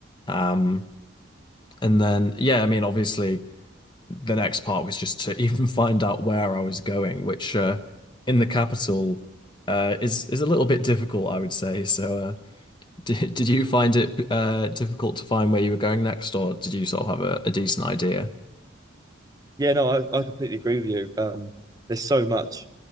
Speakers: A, on the left (about 25°); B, on the right (about 20°).
A: Um, and then yeah, I mean, obviously the next part was just to <laughs> even find out where I was going, which uh, in the capital uh is is a little bit difficult, I would say. So uh, <laughs> did did you find it uh difficult to find where you were going next, or did you sort of have a, a decent idea?
B: Yeah, no, I, I completely agree with you. Um, there's so much